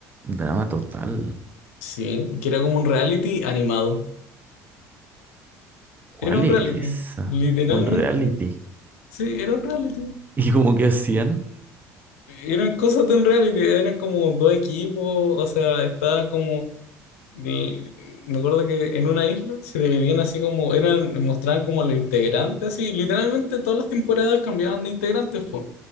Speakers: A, on the right (about 25°); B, on the left (about 75°).
A: drama total.
B: Sí, que era como un reality animado.
A: ¿Cuál
B: Era un
A: es
B: reality,
A: esa?
B: literalmente.
A: Un reality. <laughs>
B: Sí, era un reality.
A: Y como que hacían,
B: Eran cosas de un reality, eran como dos equipos, o sea, estaba como Y Me acuerdo que en una isla se dividían así como, eran, mostraban como los integrantes, así, literalmente todas las temporadas cambiaban de integrantes, po,